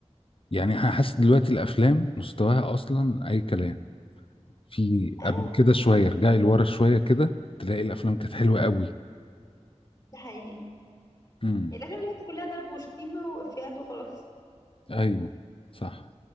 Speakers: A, on the left; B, on the left.
A: يعني انا حاسس دلوقتي الافلام مستواها اصلا اي كلام في
B: <laughs> آه،
A: قبل كده شوية رجعي لورا شوية كده تلاقي الافلام كانت حلوة قوي
B: ده حقيقي
A: امم
B: يعني الافلام دلوقتي كلها ضرب وشتيمه وافيهات وخلاص
A: ايوه صح